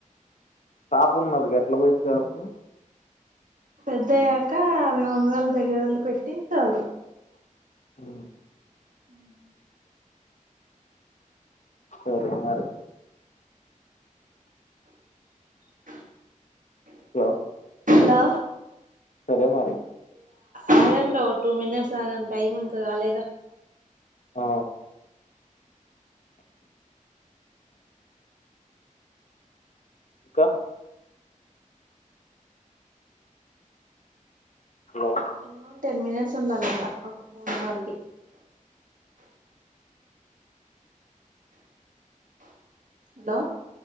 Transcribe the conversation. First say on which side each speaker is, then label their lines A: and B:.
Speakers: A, on the left; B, on the right.
A: పాపున్నది గేట్లా పోయింది జాబ్కి
B: పెద్ద అయ్యాక మీ మమ్మీ వాళ్ళ దగ్గర వదిలి పెట్టి తోలు
A: హ్
B: మ్
A: సరే మరి
B: ఆ
A: హలో
B: హలో
A: సరే మరి
B: ఆగండి ఒక టూ మినిట్స్ ఆగం టైం ఇంకా కాలేగ
A: ఆ ఇంకా హలో
B: మినిమమ్ టెన్ మినిట్స్ ఉండాలంట ఒక ఫోన్ కాల్కి హలో